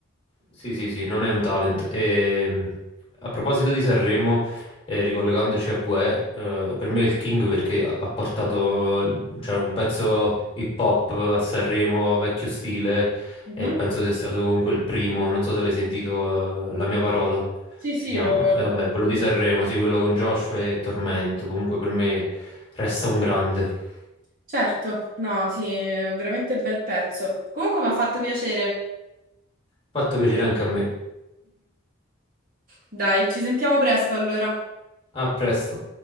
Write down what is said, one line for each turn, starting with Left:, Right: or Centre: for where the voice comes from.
Left: Sì, sì, sì, non è un talent. Ehm, a proposito di Sanremo, eh, ricollegandoci a Guè, eh, per me è il King perché ha ha portato l- cioè, un pezzo hip hop a Sanremo, vecchio stile,
Right: Mhm.
Left: e penso sia stato comunque il primo. Non so se l'hai sentito, eh, La mia parola
Right: Sì, sì,
Left: si chiama.
Right: lo... lo-
Left: E vabbè, quello di Sanremo, sì, quello con Joshua e Tormento. Comunque per me resta un grande.
Right: Certo, no, sì, è veramente bel pezzo. Comunque mi ha fatto piacere.
Left: Fatto piacere anche a me.
Right: Dai, ci sentiamo presto allora.
Left: A presto.